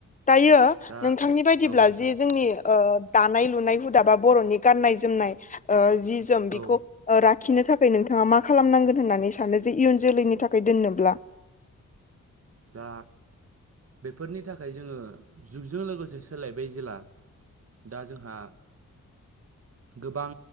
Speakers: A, on the left; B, on the right.
A: दायो
B: दा
A: नोंथांनि बायदिब्ला
B: औ नोंथां
A: जे जोंनि ओ दानाय लु नाय हुदा बा बर'नि गाननाय जोमनाय ओ जि-जोम बिखौ
B: औ
A: खिनो थाखाय नोंथाङा मा खालामनांगोन होननानै सानो जे इयुन जोलैनि थाखाय दोननोब्ला
B: दा बेफोरनि थाखाय जोङो जुगजों लोगोसे सोलायबाय जेला दा जोंहा गोबां